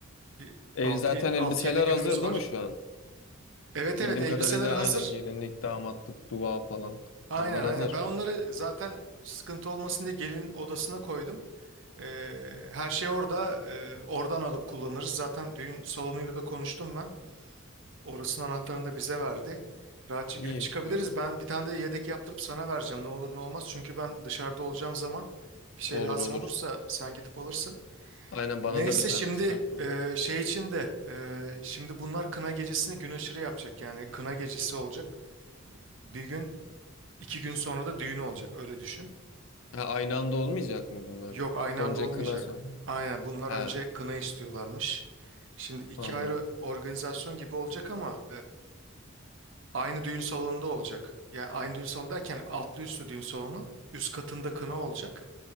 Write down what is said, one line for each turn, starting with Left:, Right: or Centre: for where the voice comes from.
Right: bir
Left: E, zaten elbiseler
Right: 6-7 günümüz
Left: hazır
Right: var.
Left: değil mi şu an?
Right: Evet
Left: Bildiğim
Right: evet elbiseler
Left: kadarıyla
Right: hazır.
Left: aynen gelinlik, damatlık, dua falan
Right: Aynen
Left: onlar
Right: aynen
Left: hazır.
Right: ben onları zaten sıkıntı olmasın diye gelin odasına koydum. E, her şey orada e, oradan alıp kullanırız. Zaten düğün salonuyla da konuştum ben. Orasının anahtarını da bize verdi. Rahatça
Left: İyi
Right: girip çıkabiliriz.
Left: güzel.
Right: Ben bir tane de yedek yaptırıp sana vereceğim. Ne olur ne olmaz. Çünkü ben dışarıda olacağım zaman bir şey
Left: Olur
Right: lazım
Left: olur.
Right: olursa sen gidip alırsın.
Left: Aynen bana
Right: Neyse
Left: da bir tane
Right: şimdi
Left: çıkartalım.
Right: e, şey için de e, şimdi bunlar kına gecesini gün aşırı yapacak. Yani kına gecesi olacak. Bir gün iki gün sonra da düğün olacak. Öyle düşün.
Left: Ha, aynı anda olmayacak mı bunlar?
Right: Yok aynı
Left: Önce
Right: anda olmayacak.
Left: kına sonra.
Right: Aynen bunlar
Left: Ha
Right: önce kına istiyorlarmış. Şimdi iki
Left: anladım.
Right: ayrı organizasyon gibi olacak ama Aynı düğün salonunda olacak. Yani aynı düğün salonu derken altlı üstlü düğün salonu. Üst katında kına olacak.